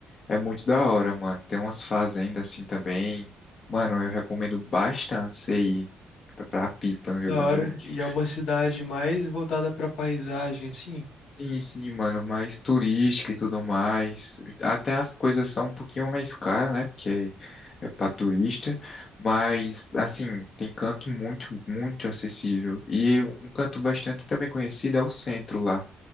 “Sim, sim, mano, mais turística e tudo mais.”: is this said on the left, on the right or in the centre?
Left